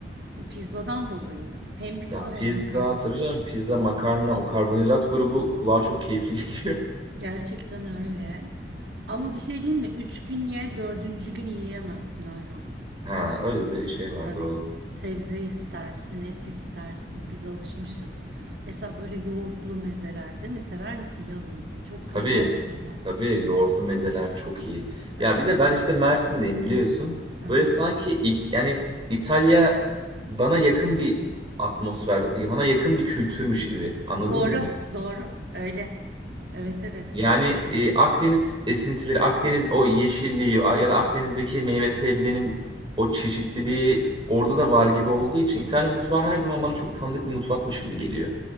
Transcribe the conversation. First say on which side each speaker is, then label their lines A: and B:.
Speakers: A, on the right; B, on the right.
A: Pizzadan dolayı mı? Hem pizza
B: ya
A: hem
B: pizza
A: makarna.
B: tabii canım pizza makarna o karbonhidrat grubu kulağa çok keyifli <laughs> geliyor.
A: Gerçekten öyle. Ama bir şey diyeyim mi? Üç gün ye, dördüncü gün yiyemezsin Ayhan.
B: Ha öyle bir de şey var
A: Tabii
B: doğru.
A: sebze istersin, et istersin. Biz alışmışız. Mesela böyle yoğurtlu mezeler değil mi? Sever misin yazın? Çok
B: Tabii.
A: güzel olmuyor mu?
B: Tabii yoğurtlu mezeler çok iyi.
A: Evet.
B: Ya bir de ben işte Mersin'deyim biliyorsun.
A: Hı hı.
B: Böyle sanki ilk, yani İtalya bana yakın bir atmosfer, bana yakın bir kültürmüş gibi. Anladın
A: Doğru,
B: mı demek?
A: doğru. Öyle. Evet, evet.
B: Yani e, Akdeniz esintileri, Akdeniz o yeşilliği a- ya da Akdeniz'deki meyve sebzenin o çeşitliliği orada da var gibi olduğu için İtalya mutfağı her zaman bana çok tanıdık bir mutfakmış gibi geliyor.